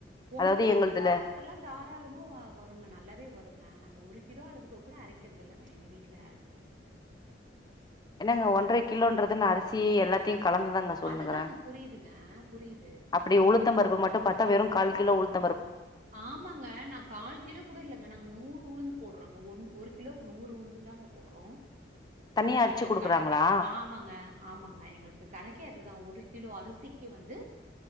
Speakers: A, on the right; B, on the left.
A: ஒன்ற
B: அதாவது எங்கள்து
A: கிலோ அளவுக்கெலா தாராளமா வ வருங்க நல்லாவே வருங்க நாங்க ஒரு கிலோ அளவுக்கு கூட அரைக்கறதில்லங்க எங்க வீட்ல
B: என்னங்க ஒன்ற கிலோன்றது என்ன அரிசி எல்லாத்தையு கலந்துதாங்க சொல்னுகிறே
A: அதுதாங்க புரியுதுங்க, புரியுது.
B: அப்டி உளுத்தம் பருப்பு மட்டு பாத்தா வெறு கால் கிலோ உளுத்
A: ஆமாங்க நா கால் கிலோ கூட இல்லங்க நாங்க நூறு உளுந்து போடறோங்க ஒன் ஒரு கிலோக்கு நூறு உளுந்துதாங்க போடறோ
B: தனியா அரச்சு
A: எங்களுக்கு
B: குடுக்குறாங்களா
A: கணக்கே ஆமாங்க ஆமாங்க எங்களுக்கு கணக்கே அதுதா ஒரு கிலோ அரி சிக்கு வந்து